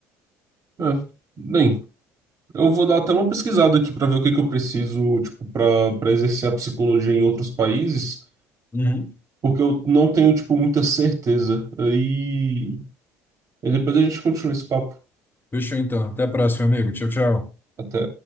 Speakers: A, on the right; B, on the left.
A: é. Bem, eu vou dar até uma pesquisada aqui para ver o que que eu preciso, tipo, para para exercer a psicologia em outros países.
B: Uhum.
A: porque eu não tenho, tipo, muita certeza. Aí, e depois a gente continua esse papo.
B: Fechou então. Até a próxima, amigo. Tchau, tchau.
A: Até.